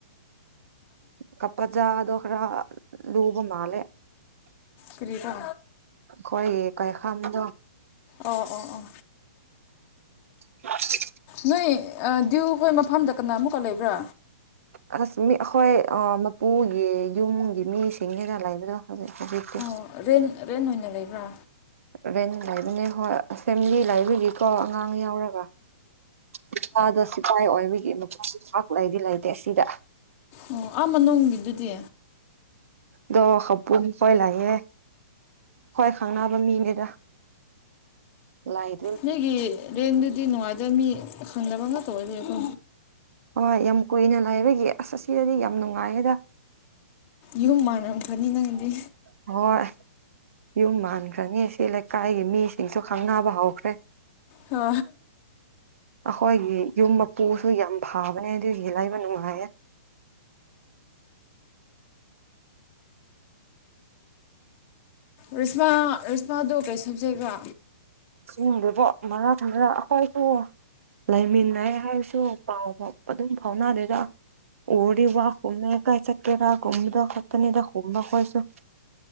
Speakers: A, on the right; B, on the left.
A: ꯀꯄꯥꯖꯥꯗ ꯑꯣꯈꯔꯥ ꯂꯨꯕ ꯃꯥꯂꯦ
B: ꯀ꯭ꯔꯤꯗ
A: ꯑꯩꯈꯣꯏ ꯀꯩꯈꯥꯗꯣ
B: ꯑꯣ ꯑꯣ ꯑꯣ
A: ꯃꯥꯦ
B: ꯅꯣꯏ ꯗ꯭ꯌꯨ ꯍꯣꯏ ꯃꯐꯝꯗ ꯀꯅꯥ ꯑꯃꯨꯛꯀ ꯂꯩꯕ꯭ꯔꯥ
A: ꯑꯁ ꯃꯤ ꯑꯩꯈꯣꯏ ꯃꯄꯨꯒꯤ ꯌꯨꯝꯒꯤ ꯃꯤꯁꯤꯡꯅ ꯂꯩꯕꯗꯣꯖꯤ ꯍꯧꯖꯤꯛꯇꯤ
B: ꯑꯣ ꯔꯦꯟ ꯔꯦꯟ ꯑꯣꯏꯅ ꯂꯩꯕ꯭ꯔꯥ
A: ꯔꯕꯦꯟ ꯂꯕꯅꯦ ꯍꯣꯏ ꯐꯦꯃꯤꯂꯤ ꯂꯕꯒꯤꯀꯣ ꯑꯉꯥꯡ ꯌꯥꯎꯔ ꯅꯨꯄꯥꯗꯣ ꯁꯤꯄꯥꯏ ꯑꯣꯏ ꯃꯤꯒꯤ ꯅꯨꯄꯥ ꯄꯥꯛ ꯂꯩꯗꯤ ꯂꯩꯇꯦ ꯁꯤꯗ
B: ꯑꯣ ꯑꯃ ꯅꯨꯡꯒꯤꯗꯨꯗꯤ
A: ꯑꯗꯣ ꯍꯥꯄꯨꯝ ꯈꯣꯏ ꯂꯥꯛꯑꯦ ꯍꯣꯏ ꯈꯪꯅꯕ ꯃꯤꯅꯦꯗ ꯂꯥꯏ
B: ꯅꯣꯏꯒꯤ ꯔꯦꯟꯗꯨꯗꯤ ꯅꯨꯡꯉꯥꯏꯗꯣꯏ ꯃꯤ ꯈꯪꯗꯕ ꯑꯃꯇ ꯑꯣꯏꯔꯀꯣ
A: ꯍꯣꯏ ꯌꯥꯝ ꯀꯨꯏꯅ ꯂꯥꯛꯑꯕꯒꯤ ꯑꯁ ꯑꯁꯤꯗꯗꯤ ꯌꯥꯝ ꯅꯨꯡꯉꯥꯏꯌꯦꯗ
B: ꯌꯨꯝ ꯃꯥꯟꯅꯔ ꯐꯅꯤ ꯅꯪꯗꯤ
A: ꯍꯣꯏ ꯌꯨꯝ ꯃꯥꯟꯈ꯭ꯔꯅꯤ ꯁꯤ ꯂꯩꯀꯥꯏꯒꯤ ꯃꯤꯁꯤꯡꯁꯨ ꯈꯪꯅꯕ ꯍꯧꯈ꯭ꯔꯦ
B: ꯍ
A: ꯑꯩꯈꯣꯏꯒꯤ ꯌꯨꯝ ꯃꯄꯨꯁꯨ ꯌꯥꯝ ꯐꯕꯅꯦ ꯑꯗꯨꯒꯤ ꯂꯩꯕ ꯅꯨꯡꯉꯥꯏꯌꯦ
B: ꯔꯤꯁꯃꯥ ꯔꯤꯁꯃꯥꯗꯨꯣ ꯀꯩ ꯁꯞꯖꯦꯛꯕ
A: ꯆꯤꯡꯗꯕꯣ ꯃꯔꯥ ꯈꯟꯗꯅ ꯑꯩꯈꯣꯏꯕꯨ ꯂꯩꯃꯤꯟꯅꯩ ꯍꯥꯏꯔꯁꯨ ꯄꯥꯎ ꯐꯥꯎ ꯑꯗꯨꯝ ꯐꯥꯎꯅꯗꯒ ꯑꯣꯔꯤ ꯋꯥ ꯍꯨꯝꯃꯦꯌꯥ ꯀꯥꯏꯁ ꯀꯦꯔꯒ ꯈꯨꯨꯝꯗ ꯍꯠꯇꯅꯤꯗ ꯍꯣꯃ ꯀꯣꯏꯁꯨꯣ